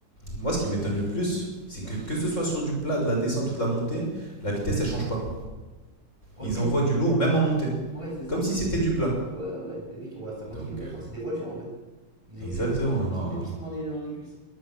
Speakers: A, on the left; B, on the right.
A: Moi, ce qui m'étonne le plus, c'est que que ce soit sur du plat, de la descente ou de la montée, la vitesse, elle change pas.
B: Ouais,
A: Ils envoient du lourd, même en montée.
B: <laughs> Ouais, c'est ça.
A: Comme si c'était du plat.
B: Ouais, ouais, ouais. Les mecs, ils roulent à 50
A: Donc, euh,
B: km/h, c'est des voitures en fait. Ils
A: exactement,
B: ont des, ils
A: non.
B: ont des pistons dans les, dans les cuisses.